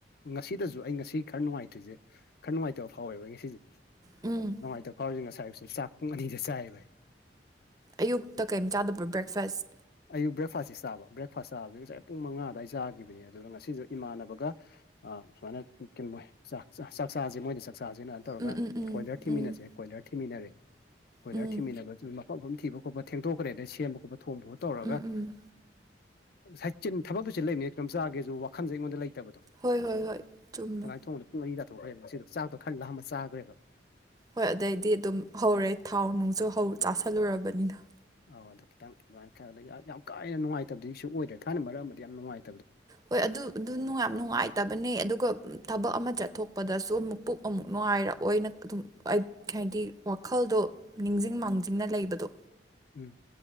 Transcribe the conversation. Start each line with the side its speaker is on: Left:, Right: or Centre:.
Left: ꯉꯁꯤꯗꯁꯨ ꯑꯩ ꯉꯁꯤ ꯈꯔ ꯅꯨꯡꯉꯥꯏꯇ꯭ꯔꯤꯖꯦ ꯈꯔ ꯅꯨꯡꯉꯥꯏꯇꯕ ꯐꯥꯎꯋꯦꯕ ꯑꯩ ꯉꯁꯤꯖꯦ
Right: ꯎꯝ
Left: ꯅꯨꯡꯉꯥꯏꯇꯕ ꯐꯥꯎꯔꯤꯖꯦ ꯉꯁꯥꯏ ꯑꯌꯨꯛꯁꯨ ꯆꯥꯛ ꯄꯨꯡ ꯑꯅꯤꯗ ꯆꯥꯏꯌꯦꯕ ꯑꯩ
Right: ꯑꯌꯨꯛꯇ ꯀꯩꯝ ꯆꯥꯗꯕ꯭ꯔꯣ ꯕ꯭ꯔꯦꯛꯐꯥꯁ
Left: ꯑꯌꯨꯛ ꯕ꯭ꯔꯦꯛꯐꯥꯁꯁꯤ ꯆꯥꯕ ꯕ꯭ꯔꯦꯛꯐꯥꯁ ꯆꯥꯕꯗꯤ ꯉꯁꯥꯏ ꯄꯨꯡ ꯃꯉꯥꯑꯗ꯭ꯋꯥꯏ ꯆꯥꯒꯤꯕꯅꯦ ꯑꯗꯨꯅ ꯉꯁꯤꯖꯨ ꯏꯃꯥꯟꯅꯕꯒ ꯑꯥ ꯁꯨꯃꯥꯏꯅ ꯀꯤꯝꯃꯣꯏ ꯆꯥꯛ ꯆꯥ ꯆꯥꯛꯆꯥꯥꯖꯦ ꯃꯣꯏꯗꯥ ꯆꯥꯛꯆꯥꯥꯖꯦꯅ ꯑꯟ ꯇꯧꯔꯒ
Right: ꯎꯝ ꯎꯝ ꯎꯝ
Left: ꯀꯣꯏꯂꯔ ꯊꯤꯃꯤꯟꯅꯁꯦ__
Right: ꯎꯝ
Left: ꯀꯣꯏꯂꯔ ꯊꯤꯡꯃꯤꯟꯅꯔꯦ ꯀꯣꯏꯂꯔ
Right: ꯎꯝ
Left: ꯊꯤꯃꯤꯟꯅꯕꯗꯨ ꯃꯐꯝ ꯐꯝ ꯊꯤꯕ ꯈꯣꯠꯄ ꯊꯦꯡꯗꯣꯛꯈ꯭ꯔꯦꯅꯦ ꯁꯦꯝꯕ ꯈꯣꯠꯄ ꯊꯣꯡꯕꯣꯠ ꯇꯧꯔꯒ
Right: ꯎꯝ ꯎꯝ
Left: ꯉꯁꯥꯏ ꯆꯤꯟ ꯊꯕꯛꯇꯨ ꯆꯤꯟ ꯂꯩꯝꯅꯤꯅ ꯀꯩꯅꯣꯝ ꯆꯥꯒꯦꯖꯨ ꯋꯥꯈꯟꯖꯦ ꯑꯩꯉꯣꯟꯗ ꯂꯩꯇꯕꯗꯣ
Right: ꯍꯣꯏ ꯍꯣꯏ ꯍꯣꯏ ꯆꯨꯝꯃꯦ
Left: ꯑꯗꯨꯃꯥꯏꯅ ꯊꯣꯡꯕꯗ ꯄꯨꯡ ꯑꯅꯤ ꯇꯥꯊꯣꯛꯈ꯭ꯔꯦꯕ ꯉꯁꯤꯗꯣ ꯆꯥꯛꯇꯣ ꯈꯔ ꯂꯥꯝꯃꯥ ꯆꯥꯒ꯭ꯔꯦꯕ
Right: ꯍꯣꯏ ꯑꯗꯩꯗꯤ ꯑꯗꯨꯝ ꯍꯧꯔꯦ ꯊꯥꯎ ꯅꯨꯡꯁꯨ
Left: ꯑꯥ
Right: ꯍꯧ ꯆꯥꯥꯁꯜꯂꯨꯔꯕꯅꯤꯅ
Left: ꯑꯧ ꯑꯗꯨ ꯈꯤꯇꯪ ꯑꯗꯨꯃꯥꯏꯅ ꯈꯥꯗꯒꯤ ꯑꯞ ꯌꯥꯝ ꯀꯥ ꯍꯟꯅ ꯅꯨꯡꯉꯥꯏꯇꯕꯗꯤ ꯁꯨ ꯑꯣꯏꯗ꯭ꯔꯦ ꯊꯥꯏꯅ ꯃꯔꯛ ꯑꯃꯗꯤ ꯌꯥꯝ ꯅꯨꯡꯉꯥꯏ__
Right: ꯍꯣꯏ ꯑꯗꯨ ꯑꯗꯨ ꯅꯨꯡꯉꯥꯏꯝ__ ꯅꯨꯡꯉꯥꯏꯇꯕꯅꯦ ꯑꯗꯨꯒ ꯎꯝ ꯊꯕꯛ ꯑꯃꯥ ꯆꯠꯊꯣꯛꯄꯗꯁꯨ ꯑꯃꯨꯛ ꯄꯨꯛ ꯑꯃꯨꯛ ꯅꯨꯡꯉꯥꯏꯔꯛꯑꯣꯏꯅ ꯑꯗꯨꯝ ꯑꯩ ꯈꯦꯍꯥꯏꯗꯤ ꯋꯥꯈꯜꯗꯣ ꯅꯤꯡꯖꯤꯡ ꯃꯥꯡꯖꯤꯡꯅ ꯂꯩꯕꯗꯣ
Left: ꯎꯝ